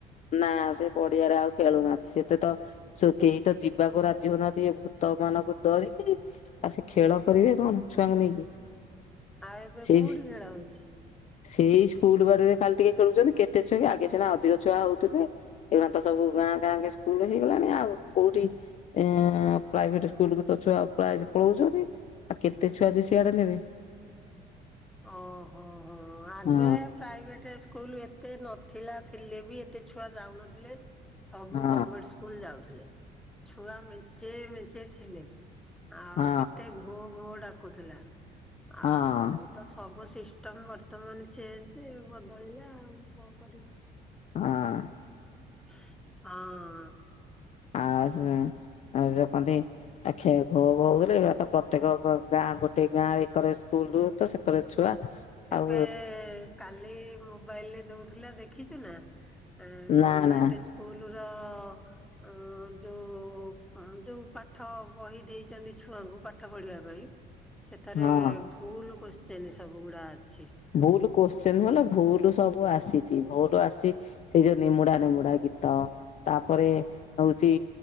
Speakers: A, on the left; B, in the centre.
A: ନା ସେ ପଡିଆରେ ଆଉ ଖେଳୁନାହାନ୍ତି। ସେତେ ତ ସ କେହି ତ ଯିବାକୁ ରାଜି ହଉନାହାନ୍ତି ଏ ଭୂତ ମାନଙ୍କୁ ଡରିକି। ଆ ସେ ଖେଳ କରିବେ କଣ ଛୁଆଙ୍କୁ ନେଇକି।
B: ଆଉ ଏବେ
A: ସେଇ
B: କୋଉଠି ଖେଳ ହଉଛି?
A: ସେଇ ସ୍କୁଲ ବାଡରେ ଖାଲିି ଟିକେ ଖେଳୁଛନ୍ତି କେତେ ଛୁଆ କି ଆଗେ ସିନା ଅଧିକ ଛୁଆ ହଉ ତୁରେ ଏ ମାନେ ତ ସବୁ ଗାଁ ଗାଁ କେ ସ୍କୁଲ ହେଇଗଲାଣି ଆଉ କୋଉଠି ଏ-ଏ-ଏ ପ୍ରାଇଭେଟ ସ୍କୁଲକୁୁ ତ ଛୁଆ ପ୍ରାୟ ପଳଉଛନ୍ତି। ଆଉ କେତେ ଛୁଆ ଯେ ସିଆଡେ ନେବେ।
B: ଓହୋ ହୋ ଆଗେ
A: ହଁ
B: ପ୍ରାଇଭେଟ୍ ସ୍କୁଲ ଏତେ ନଥିଲା ଥିଲେ ବି ଏତେ ଛୁଆ ଯାଉନଥିଲେ। ସବୁ
A: ହଁ
B: ଗଭର୍ମେଣ୍ଟ ସ୍କୁଲ ଯାଉଥିଲେ, ଛୁଆ ମେଞ୍ଚେ ମେଞ୍ଚେ ଥିଲେ ଆଉ
A: ହଁ
B: କେତେ ଘୋ ଘୋ ଡାକୁଥିଲା।
A: ହଁ,
B: ଆଉ ତ ସବୁ ସିଷ୍ଟମ ବର୍ତ୍ତମାନ ଚେଞ୍ଜ ବଦଳିଲା କଣ କରିବୁ।
A: ହଁ,
B: ହଁ,
A: ଆ ସେ ଆ ସେ କନ୍ତି ଆ ଖେ ଘୋ ଘୋ ବୋଲେ ବାପା ପ୍ରତ୍ୟେକ ଗାଁ ଗୋଟେ ଗାଁ ଏକରେ ସ୍କୁଲ ହୁଏ ତ ସେକରେ ଛୁଆ। ଆଉ
B: ଏବେ-ଏ-ଏ-ଏ କାଲି ମୁ ମୋବାଇଲରେ ଦଉଥିଲା ଦେଖିଛୁ ନା ଅ
A: ନା
B: ଗଭମେଣ୍ଟ
A: ନା
B: ସ୍କୁଲ ର-ଅ-ଅ-ଅ ଅ-ଅ-ଅ ଯୋଉ-ଉ-ଉ ଯୋଉ ପାଠ ବହି ଦେଇଛନ୍ତି ଛୁଆଙ୍କୁ ପା ପାଠ ପଢିବା ପାଇଁ ସେଥିରେ
A: ହଁ
B: ଭୁଲ କୋସଚିନ ସବୁ ଗୁଡା ଅଛି।
A: ଭୁଲ୍ କୋଶ୍ଚିନ
B: ହଁ
A: ନୁହଁଲୋ ଭୁଲ ସବୁ ଆସିଛି ଭୁଲ ଆସି ସେଇ ଯୋଉ ନିମୁଡା ନିମୁଡା ଗୀତ ତାପରେ ହଉଛି